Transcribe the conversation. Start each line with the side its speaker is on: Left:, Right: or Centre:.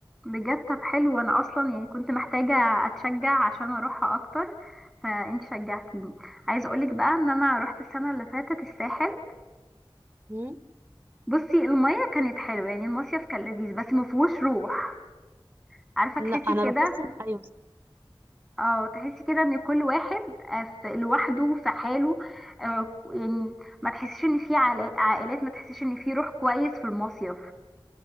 Centre: بجد طب حلو انا اصلا يعني كنت محتاجة اتشجع عشان اروحها اكتر فانت شجعتيني عايزة اقولك بقى ان انا روحت السنة اللي فاتت الساحل
Right: مم؟
Centre: بصي المية كانت حلوة يعني المصيف كان لذيذ بس مفهوش روح عارفة
Right: لا
Centre: تحسي
Right: انا
Centre: كده
Right: بحس ان ايوه صح
Centre: اه تحسي كده ان كل واحد آه، في لوحده في حاله آه، يعني ما تحسيش ان في علا- عائلات ما تحسيش ان في روح كويس في المصيف